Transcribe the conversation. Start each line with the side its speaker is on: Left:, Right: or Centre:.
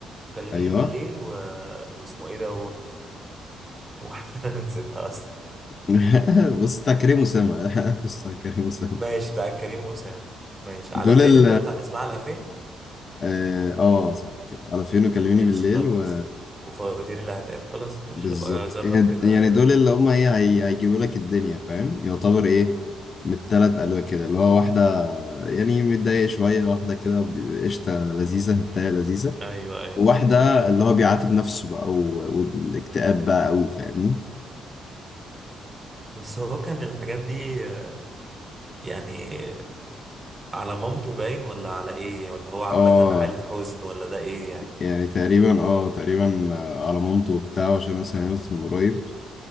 Right: كلميني
Left: أيوه
Right: بالليل و... واسمه ايه ده وانا <laughs> أنا نسيتها اصلا
Left: <laughs> بص بتاع كريم أسامة <laughs> بص بتاع كريم أسامة
Right: ماشي بتاع كريم وسام ماشي
Left: دول
Right: على فين
Left: ال
Right: انت قلت على اسمها على فين
Left: اه آه، صح كده على فين وكلميني
Right: ماشي
Left: بالليل
Right: خلاص
Left: و
Right: وفواتير اللي هتعب خلاص ماشي
Left: بالظبط
Right: ابقى اجرب
Left: إيه-
Right: كده
Left: يعني دول اللي هم ايه هي- هيجيبوا لك الدنيا فاهم يعتبر ايه من التلات قالوا كده اللي هو واحدة يعني متضايق شوية واحدة كده ب- قشطة لذيذة هتاية لذيذة
Right: ايوه ايوه
Left: وواحدة
Right: ايوه
Left: اللي هو بيعاتب نفسه بقى و- والاكتئاب بقى قوي فاهمني
Right: بس هو كان الحاجات دي آه، يعني على مامته باين ولا على ايه ولا هو عامة
Left: اه
Right: حالة حزن ولا ده ايه يعني
Left: يعني تقريبا اه تقريبا آه، على مامته وبتاع عشان انا سمعت من قريب